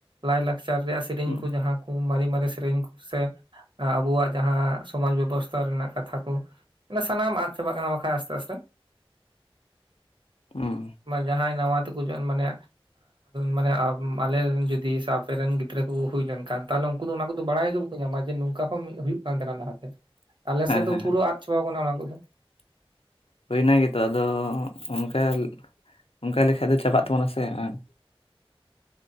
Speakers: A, on the right; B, on the left.
A: ᱞᱟᱭᱼᱞᱟᱠᱪᱟᱨ ᱨᱮᱭᱟᱜ ᱥᱮᱨᱮᱧ
B: ᱦᱩᱸ
A: ᱠᱚ ᱡᱟᱦᱟᱸ ᱠᱚ ᱢᱟᱨᱮ ᱢᱟᱨᱮ ᱥᱮᱨᱮᱧ ᱠᱚ ᱥᱮ ᱟᱵᱚᱣᱟᱜ ᱡᱟᱦᱟᱸ ᱥᱚᱢᱟᱡᱽ ᱵᱮᱵᱚᱥᱛᱷᱟ ᱨᱮᱱᱟᱜ ᱠᱟᱛᱷᱟ ᱠᱚ ᱢᱟᱱᱮ ᱥᱟᱱᱟᱢ ᱟᱫ ᱪᱟᱵᱟᱜ ᱠᱟᱱᱟ ᱵᱟᱠᱷᱟᱡ ᱟᱥᱛᱮ ᱟᱥᱛᱮ᱾
B: <inaudible> ᱦᱮᱸ
A: ᱡᱟᱦᱟᱸᱭ ᱱᱟᱣᱟ ᱛᱮᱠᱚ ᱢᱟᱱᱮ, ᱢᱟᱱᱮ ᱟᱞᱮᱨᱮᱱ ᱡᱩᱫᱤ ᱥᱮ ᱟᱯᱮᱨᱮ ᱨᱮᱱ ᱜᱤᱫᱽᱨᱟᱹ ᱠᱚ ᱦᱩᱭ ᱞᱮᱱᱠᱷᱟᱱ ᱛᱟᱦᱚᱞᱮ ᱩᱱᱠᱩ ᱫᱚ ᱚᱱᱟ ᱠᱚᱫᱚ ᱵᱟᱲᱟᱭ ᱜᱮ ᱧᱟᱢᱟ ᱡᱮ ᱱᱚᱝᱠᱟ ᱦᱚᱸ ᱢᱤᱫ ᱦᱩᱭᱩᱜ ᱠᱟᱱ ᱛᱟᱦᱮᱱᱟ ᱞᱟᱦᱟᱛᱮ ᱾ ᱟᱞᱮᱥᱮᱫ ᱫᱚ
B: ᱦᱮᱸ
A: ᱯᱩᱨᱟᱹ ᱟᱫ ᱪᱟᱵᱟᱣ ᱟᱠᱟᱱᱟ ᱚᱱᱟ ᱠᱚᱫᱚ᱾
B: ᱦᱩᱭᱱᱟ ᱜᱮᱛᱚ ᱟᱫᱚ ᱚᱱᱠᱟ ᱚᱱᱠᱟ ᱞᱮᱠᱷᱟ ᱫᱚ ᱪᱟᱵᱟᱜ ᱛᱟᱵᱚᱱᱟ ᱥᱮ ᱵᱟᱝ?